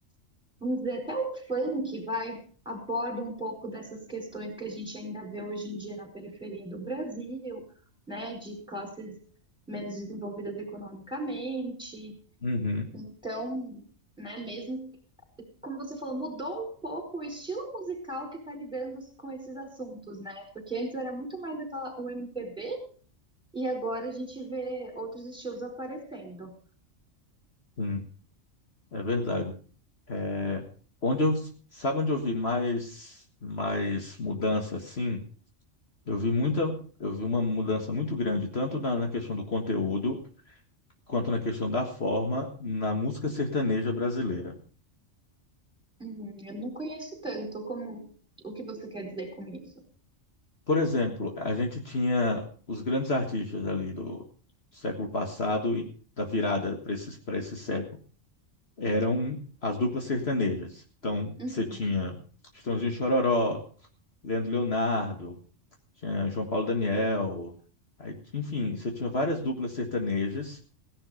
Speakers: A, in the centre; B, on the left.
A: vamos dizer, até o funk vai aborda um pouco dessas questões que a gente ainda vê hoje em dia na periferia do Brasil, né? De classes menos desenvolvidas economicamente.
B: Uhum,
A: Então, né, mesmo como você falou, mudou um pouco o estilo musical que está lidando com esses assuntos, né? Porque antes era muito mais aquela- o MPB e agora a gente vê outros estilos aparecendo.
B: sim, é verdade. É, onde eu, sabe onde eu vi mais, mais mudança, assim? Eu vi muita, eu vi uma mudança muito grande, tanto na, na questão do conteúdo, quanto na questão da forma na música sertaneja brasileira.
A: Uhum, eu não conheço tanto como o que você quer dizer com isso.
B: Por exemplo, a gente tinha os grandes artistas ali do século passado e da virada para esse, para esse século, eram as duplas sertanejas. Então,
A: Uhum,
B: você tinha Chitãozinho e Chororó, Leandro e Leonardo, tinha João Paulo e Daniel, aí, enfim, você tinha várias duplas sertanejas